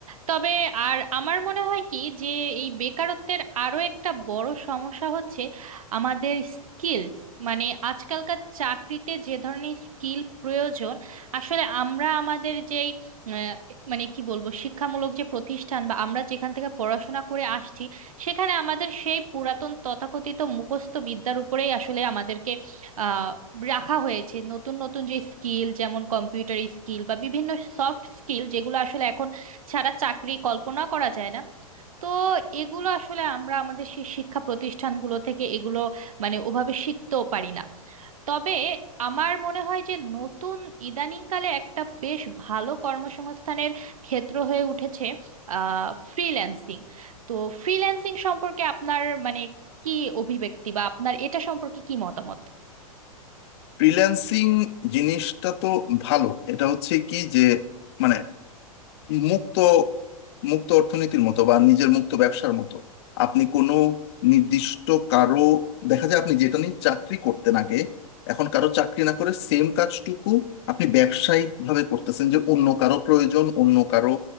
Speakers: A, on the right; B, on the left.
A: তবে আর আমার মনে হয় কি যে এই বেকারত্বের আরো একটা বড় সমস্যা হচ্ছে আমাদের স্কিলস মানে আজকালকার চাকরিতে যে ধরনের স্কিল প্রয়োজন আসলে আমরা আমাদের যেই আহ, মানে কি বলবো শিক্ষামূলক যে প্রতিষ্ঠান বা আমরা যেখান থেকে পড়াশোনা করে আসছি সেখানে আমাদের সেই পুরাতন তথাকথিত মুখস্থ বিদ্যার উপরেই আসলে আমাদেরকে আহ রাখা হয়েছে নতুন নতুন যে স্কিল যেমন কম্পিউটার স্কিল বা বিভিন্ন সফট স্কিল যেগুলো আসলে এখন ছাড়া চাকরি কল্পনা করা যায় না তো এগুলো আসলে আমরা আমাদের সেই শিক্ষা প্রতিষ্ঠানগুলো থেকে এগুলো মানে ওভাবে শিখতেও পারি না তবে আমার মনে হয় যে নতুন ইদানিংকালে একটা বেশ ভালো কর্মসংস্থানের ক্ষেত্র হয়ে উঠেছে আহ ফ্রিল্যান্সিং তো ফ্রিল্যান্সিং সম্পর্কে আপনার মানে কি অভিব্যক্তি বা আপনার এটা সম্পর্কে কি মতামত
B: ফ্রিল্যান্সিং জিনিসটা তো ভালো এটা হচ্ছে কি যে মানে মুক্ত মুক্ত অর্থনীতির মতো বা নিজের মুক্ত ব্যবসার মতো আপনি কোনো নির্দিষ্ট কারো দেখা যায় আপনি যেটা নিয়ে চাকরি করতেন আগে এখন কারো চাকরি না করে সেম কাজটুকু আপনি ব্যবসায়িক ভাবে করতেছেন যে অন্য কারো প্রয়োজন অন্য কারো